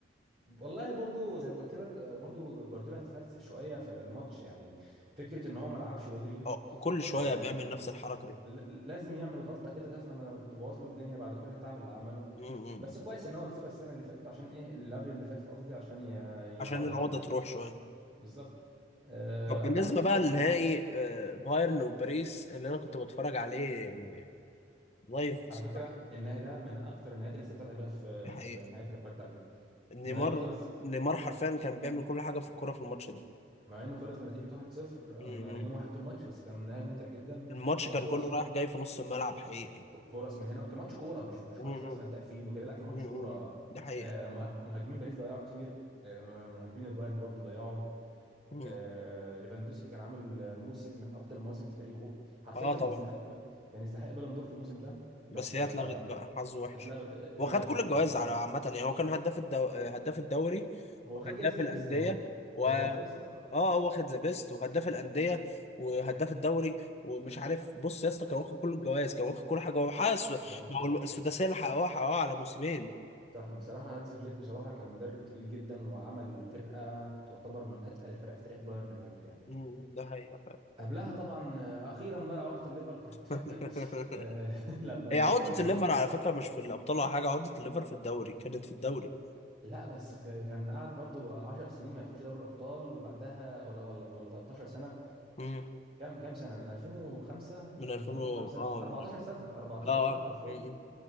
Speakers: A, on the right; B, on the left.
A: والله برضو زي ما قلت لك آه، برضو جوارديولا اتفلسف شويه في الماتش يعني فكره ان هو ما لعبش رودري
B: أه، كل شويه
A: آه،
B: بيعمل نفس الحركه دي
A: ل- لازم يعمل غلطه كده تفهم لما تبوظ له الدنيا بعد كل التعب اللي عمله
B: م-م.
A: بس كويس ان هو كسبها السنه اللي فاتت عشان ايه اللي قبل اللي فاتت قصدي عشان ي-
B: عشان
A: يعوض
B: العقده
A: ال...
B: تروح شويه
A: بالظبط آه،
B: طب بالنسبه
A: قبلها كان
B: بقى
A: مين
B: للنهائي آه، بايرن وباريس اللي انا كنت بتفرج عليه يعني لايف بصراحه
A: على فكره النهائي ده من اكتر النهايات اللي استمتعت بيها في
B: دي حقيقه
A: في النهايات اللي اتفرجت عليها
B: نيمار
A: مع انه خلص
B: نيمار حرفيا كان بيعمل كل حاجه في الكوره في الماتش ده
A: مع انه خلص بنتيجه 1-0
B: م-م.
A: يعني جون واحد طول الماتش بس كان نهائي ممتع جدا
B: الماتش كان
A: الفرص
B: كله رايح جاي في نص الملعب حقيقي
A: فرص من هنا كان ماتش كوره مش مش
B: م-م.
A: ماتش مثلا تقفيل وكده لا كان ماتش
B: م-م.
A: كوره
B: دي حقيقه
A: آه، مه- مهاجمين باريس ضيعوا كتير آه، مهاجمين البايرن برضو ضيعوا
B: م-م.
A: آه، ليفاندوسكي كان عامل موسم من افضل المواسم في تاريخه حرفيا
B: اه
A: كان
B: طبعا
A: يستحق كان يستحق بالون دور في الموسم ده بس
B: بس هي
A: آه،
B: اتلغت بقى حظه وحش
A: اتلغت اتلغت
B: هو خد كل
A: الجائزه
B: الجوائز على عامة يعني هو كان هداف الدو... هداف الدوري
A: هو
B: وهداف
A: خد جائزه ذا
B: الأندية
A: بيست هو
B: و
A: هو خد ذا بيست اه
B: اه هو واخد ذا بيست وهداف الأندية وهداف الدوري ومش عارف بص يا اسطى كان واخد كل الجوائز كان واخد كل حاجة هو حقق الس-
A: هو-
B: ما هو السداسية اللي حققوها حققوها على موسمين
A: صح بصراحه هانس فليك بصراحه كان مدرب تقيل جدا وعمل فرقه تعتبر من اتقل الفرق في تاريخ بايرن ميونخ يعني
B: أمم، ده حقيقة فعلا
A: قبلها طبعا آه، اخيرا بقى عقده الليفر كانت اتفكت
B: <laughs>
A: آه، <laughs> لما
B: هي
A: كسب
B: عقدة
A: ابو صلاح
B: الليفر على فكرة مش في الأبطال ولا حاجة عقدة الليفر في الدوري كانت في الدوري
A: لا بس خ- كان قعد برضو 10 سنين ما ياخدش دوري الابطال وبعدها ولا ولا ولا 13 سنه
B: أمم،
A: كام كام سنه من 2005
B: من 2000
A: 2005
B: و...
A: لف-
B: اه
A: 14
B: من
A: سنه 14
B: اه آه.
A: سنه حرفيا
B: أمم،